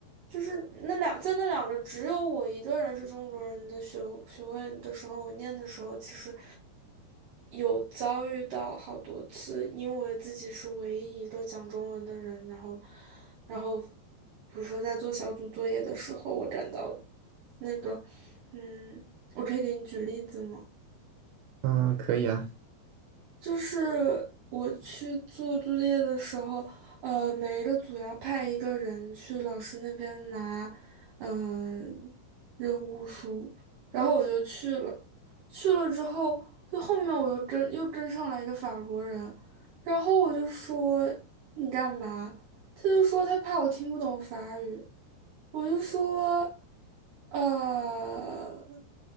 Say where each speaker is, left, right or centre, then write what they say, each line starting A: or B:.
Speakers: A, on the right; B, on the right.
A: 就是那两在那两个只有我一个人是中国人的学学位的时候，我念的时候其实有遭遇到好多次，因为自己是唯一一个讲中文的人，然后然后比如说在做小组作业的时候，我感到那个嗯，我可以给你举例子吗？
B: 嗯，可以啊，
A: 就是我去做作业的时候，呃，每一个组要派一个人去老师那边拿，嗯、任务书，然后我就去了。去了之后，就后面我又跟又跟上来一个法国人，然后我就说你干嘛？他就说他怕我听不懂法语，我就说，呃。